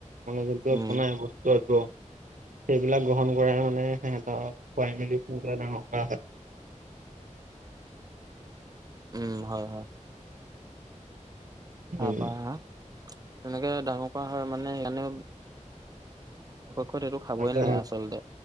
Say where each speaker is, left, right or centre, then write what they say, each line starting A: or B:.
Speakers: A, on the right; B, on the right.
A: মানে যোনটো
B: উম
A: বনাই বস্তু এইটো সেইবিলাক গ্ৰহণ কৰাই মানে সিহঁতক খোৱাই মেলি সোনকালে ডাঙৰ কৰা হয়।
B: উম, হয়, হয়। আ
A: উম
B: পা আ তেনেকে ডাঙৰ কৰা হয় মানে সেইকাৰণে কত এইটো খাবই
A: তাকে
B: নালাগে আচলতে